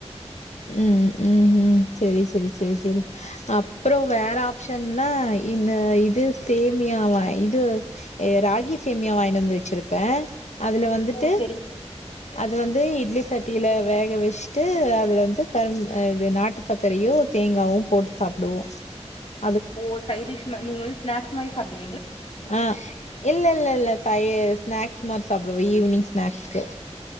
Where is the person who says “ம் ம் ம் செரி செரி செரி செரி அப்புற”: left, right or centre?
Left